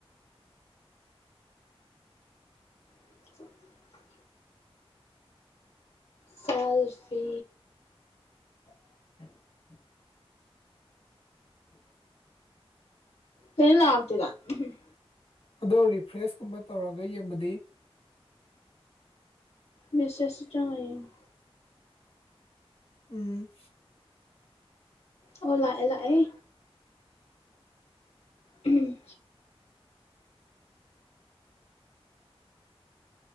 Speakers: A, on the left; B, on the left.
A: <unintelligible> ꯁꯦꯜ <unintelligible> ꯁꯤ
B: <unintelligible> <inaudible>
A: ꯀꯩꯝ ꯂꯥꯛꯇꯦꯗꯥ ꯎꯝ
B: ꯑꯗꯣ ꯔꯤꯐ꯭ꯔꯦꯁ ꯀꯨꯝꯕ ꯇꯧꯔꯒ ꯌꯦꯡꯕꯗꯤ
A: ꯃꯦꯁꯦꯁ ꯇ ꯆꯪꯉꯥ ꯌ‌ꯦꯡ
B: ꯎꯝ
A: ꯑꯣ ꯂꯥꯛꯑꯦ ꯂꯥꯛꯑꯦ ꯎꯝ